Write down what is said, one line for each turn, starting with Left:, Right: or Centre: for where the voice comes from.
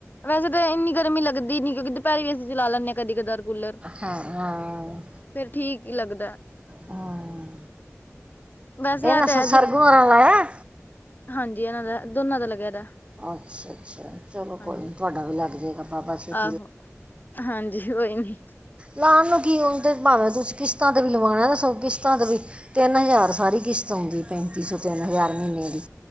Left: ਵੈਸੇ ਤਾਂ ਇੰਨੀ ਗਰਮੀ ਲੱਗਦੀ ਨਹੀਂ, ਕਿਉਂਕਿ ਦੁਪਹਿਰੇ ਏਸੀ ਚਲਾ ਲੈਂਦੇ ਹਾਂ ਕਦੀ- ਕਦਾਰ। ਕੁਲਰ।
Right: ਹਾਂ ਹਾਂ
Left: ਫਿਰ ਠੀਕ ਹੀ ਲੱਗਦਾ।
Right: ਹਾਂ
Left: ਵੈਸੇ
Right: ਇਹਨਾਂ
Left: ਇਹ ਤੇ
Right: ਸਰਗੁਣ
Left: ਹੈ। ਜ-
Right: ਹੋਰਾਂ ਲਾਇਆ
Left: ਹਾਂਜੀ, ਇਹਨਾਂ ਦਾ ਦੋਨਾਂ ਦਾ ਲੱਗਿਆ ਦਾ।
Right: ਅੱਛਾ- ਅੱਛਾ। ਚਲੋ
Left: ਹਾਂਜੀ।
Right: ਕੋਈ ਨਹੀਂ ਤੁਹਾਡਾ ਵੀ ਲੱਗ ਜਾਏਗਾ ਬਾਬਾ ਸ਼੍ਰੀ
Left: ਆਹੋ! ਹਾਂਜੀ, ਕੋਈ ਨੀ।
Right: ਲਾਉਣ ਕਿ ਹੁਜ ਭਾਵੇਂ ਤੁਸੀਂ ਕਿਸਤਾਂ ਤੇ ਲਵਾਉਨਾ ਦੱਸੋ ਕਿਸਤਾਂ 'ਤੇ ਵੀ। ਤਿੰਨ ਹਜ਼ਾਰ ਸਾਰੀ ਕਿਸ਼ਤ ਆਉਂਦੀ ਪੈਂਤੀ ਸੌ, ਤਿੰਨ ਹਜ਼ਾਰ ਮਹੀਨੇ ਦੀ।